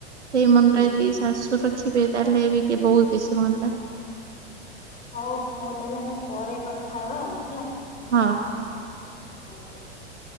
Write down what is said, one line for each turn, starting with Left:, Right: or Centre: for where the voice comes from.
Right: ସେଇ
Left: ହୁଁ
Right: ମନ
Left: ହୁଁ
Right: ଟା ଯଦି
Left: ହୁଁ
Right: ଶାଶୁ ରଖିବେ ତାହେଲେ ବିିକେ ବହୁତ କିଛି ହୁଅନ୍ତା।
Left: ହୋଉ ହୋଉ ତାହେଲେ ଆମେ ପରେ କଥା ହବା ହେଲା।
Right: ହଁ।
Left: ହୋଉ ଠିକ୍ ଅଛି।